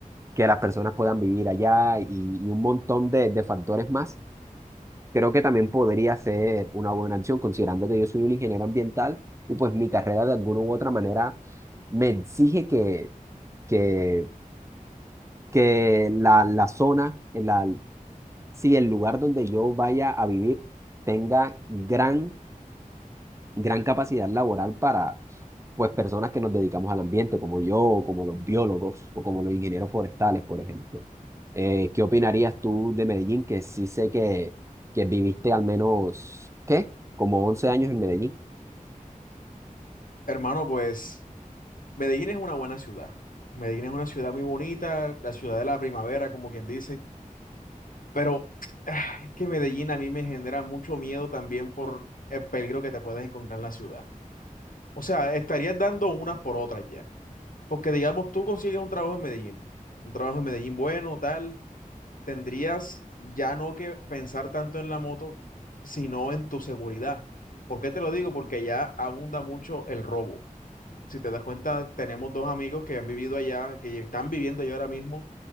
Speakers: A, on the right; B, on the left.
A: que las personas puedan vivir allá y, y un montón de, de factores más, creo que también podría ser una buena opción, considerando que yo soy un ingeniero ambiental y pues mi carrera de alguna u otra manera me exige que, que, que la, la zona, la, si el lugar donde yo vaya a vivir tenga gran, gran capacidad laboral para, pues, personas que nos dedicamos al ambiente, como yo, o como los biólogos, o como los ingenieros forestales, por ejemplo. Eh, ¿qué opinarías tú de Medellín? Que sí sé que, que viviste al menos, ¿qué? Como 11 años en Medellín.
B: Hermano, pues Medellín es una buena ciudad. Medellín es una ciudad muy bonita, la ciudad de la primavera, como quien dice. Pero <sighs> ah, es que Medellín a mí me genera mucho miedo también por el peligro que te puedes encontrar en la ciudad. O sea, estarías dando unas por otras ya. Porque digamos, tú consigues un trabajo en Medellín, un trabajo en Medellín bueno, tal, tendrías ya no que pensar tanto en la moto, sino en tu seguridad. ¿Por qué te lo digo? Porque ya abunda mucho el robo. Si te das cuenta, tenemos dos amigos que han vivido allá, que están viviendo allá ahora mismo